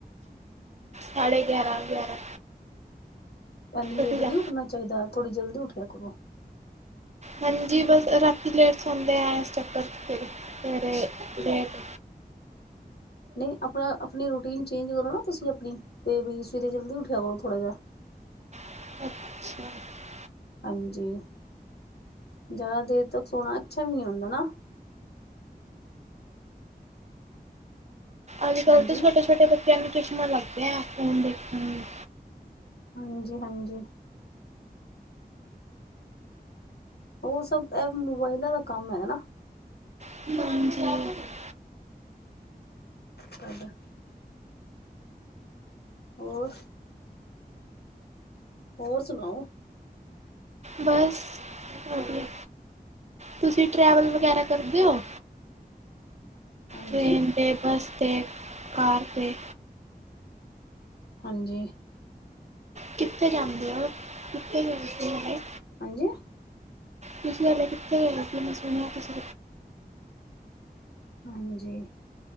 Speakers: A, on the right (about 45°); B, on the left (about 80°).
A: ਸਾਢੇ ਗਿਆਰਾਂ- ਗਿਆਰਾਂ।
B: ਇਨੀ ਲੇਟ
A: ਉੱਠ
B: ਨਹੀਂ
A: ਜਾ
B: ਉੱਠਣਾ ਚਾਹੀਦਾ, ਥੋੜ੍ਹੀ ਜਲਦੀ ਉਠਿਆ ਕਰੋ।
A: ਹਾਂਜੀ, ਬਸ ਰਾਤੀ ਲੇਟ ਸੌਦੇ ਆ, ਇਸ ਚੱਕਰ ਚ ਫਿਰ ਸਵੇਰੇ ਲੇਟ
B: ਨਹੀਂ ਆਪਣਾ ਆਪਣੀ ਰੂਟੀਨ ਚੇਂਜ ਕਰੋ ਨਾ ਤੁਸੀਂ ਆਪਣੀ, ਤੇ ਵੀ ਸਵੇਰੇ ਜਲਦੀ ਉੱਠਿਆ ਕਰੋ ਥੋੜ੍ਹਾ ਜਿਹਾ।
A: ਅੱਛਾ।
B: ਹਾਂਜੀ, ਜ਼ਿਆਦਾ ਦੇਰ ਤੱਕ ਸੋਣਾ ਅੱਛਾ ਵੀ ਨਹੀਂ ਹੁੰਦਾ ਨਾ।
A: ਅੱਜ ਕੱਲ੍ਹ
B: ਹਾਂਜੀ
A: ਤਾਂ ਛੋਟੇ -ਛੋਟੇ ਬੱਚਿਆਂ ਨੂੰ ਚੁਸ਼ਮਾ ਲੱਗ ਗਿਆ, ਫੋਨ ਦੇਖਣ ਨੂੰ।
B: ਹਾਂਜੀ -ਹਾਂਜੀ! ਉਹ ਸਭ ਇਹ ਮੋਬਾਇਲਾਂ ਦਾ ਕੰਮ ਹੈਗਾ ਨਾ।
A: ਹਾਂਜੀ।
B: ਸਬ। ਹੋਰ ਹੋਰ ਸੁਣਾਓ?
A: ਬਸ ਹੋਗਿਆ। ਤੁਸੀਂ ਟਰੈਵਲ ਵਗੈਰਾ ਕਰਦੇ ਹੋ?
B: ਹਾਂਜੀ
A: ਟ੍ਰੇਨ ਤੇ, ਬੱਸ ਤੇ, ਕਾਰ ਤੇ,।
B: ਹਾਂਜੀ।
A: ਕਿੱਥੇ ਜਾਂਦੇ ਹੋ? ਕਿੱਥੇ ਜਾਂਦੇ ਹੈ?
B: ਹਾਂਜੀ।
A: ਤੁਸੀਂ ਕੱਲ ਕਿੱਥੇ ਗਏ ਸੀ? ਮੈਂ ਸੁਣਿਆ ਤੁਸੀ
B: ਹਾਂਜੀ,